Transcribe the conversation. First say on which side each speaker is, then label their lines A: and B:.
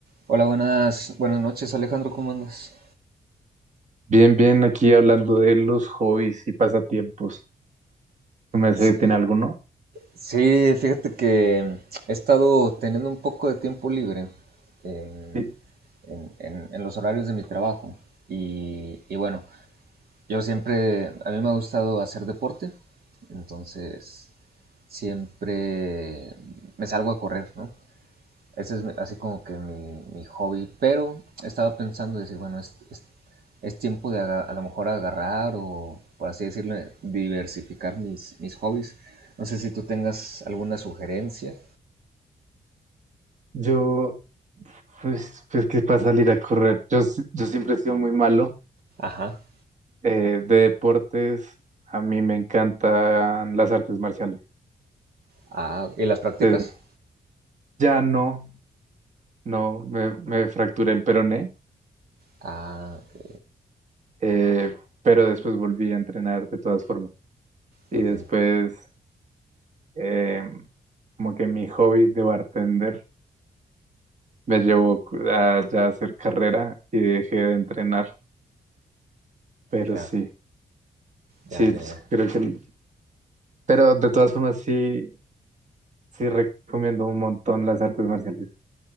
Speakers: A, on the right; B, on the right.
A: Hola, buenas, buenas noches, Alejandro, ¿cómo andas?
B: Bien, bien, aquí hablando de los hobbies y pasatiempos. ¿Tú me hace
A: Sí,
B: tiene alguno?
A: sí, fíjate que mm, he estado teniendo un poco de tiempo libre eh,
B: Sí.
A: en, en- en los horarios de mi trabajo y, y bueno, yo siempre, a mí me ha gustado hacer deporte, entonces siempre me salgo a correr, ¿no? Ese es así como que mi, mi hobby. Pero estaba pensando decir, bueno, es, es, es tiempo de aga- a lo mejor agarrar o, por así decirlo, diversificar mis, mis hobbies. No sé si tú tengas alguna sugerencia.
B: Yo, pues, pues que para salir a correr. Yo, si- yo siempre he sido muy malo.
A: Ajá.
B: eh, de deportes, a mí me encantan las artes marciales.
A: Ah, ¿y las prácticas?
B: Eh, ya no, no, me, me fracturé el peroné,
A: Ah, ok,
B: eh, pero después volví a entrenar de todas formas. Y
A: ok.
B: después, eh, como que mi hobby de bartender. me llevó a ya hacer carrera y dejé de entrenar, pero
A: Ya,
B: sí, sí,
A: ya, ya,
B: pues,
A: ya.
B: creo que, pero de todas formas sí, sí recomiendo un montón las artes marciales.